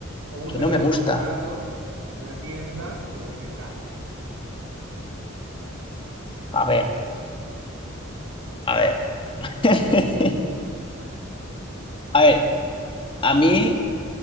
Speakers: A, on the right (about 80°); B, on the left (about 25°).
A: o un
B: que
A: regalo
B: no me gusta.
A: comprado en una tienda pero que te encanta?
B: A ver, a ver. <laughs> A ver, a mí,